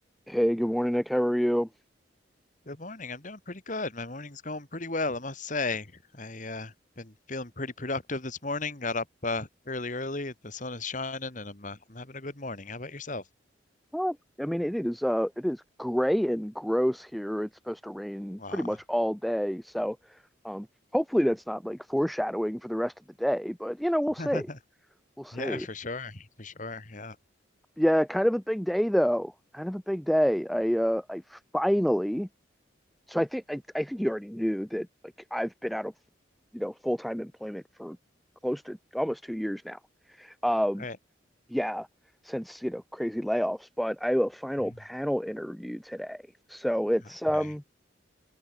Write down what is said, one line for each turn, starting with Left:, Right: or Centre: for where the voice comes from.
Centre: Hey, good morning, Nick. How are you?
Left: Good morning. I'm doing pretty good. My morning's going pretty well, I must say. I uh been feeling pretty productive this morning. Got up uh fairly early. The sun is shining and I'm uh, I'm having a good morning. How about yourself?
Centre: Well, I mean, it is uh, it is gray and gross here. It's supposed to rain
Left: Wow.
Centre: pretty much all day, so um, hopefully that's not like foreshadowing for the rest of the day. But you know, we'll see.
Left: <laughs>
Centre: We'll see.
Left: Yeah, for sure. For sure. Yeah.
Centre: Yeah, kind of a big day though. Kind of a big day. I uh, I finally. So I think I, I think you already knew that. Like I've been out of, you know, full-time employment for close to almost two years now. Um,
Left: Right.
Centre: yeah, since, you know, crazy layoffs, but I have a final
Left: Yeah.
Centre: panel interview today. So it's
Left: Okay.
Centre: um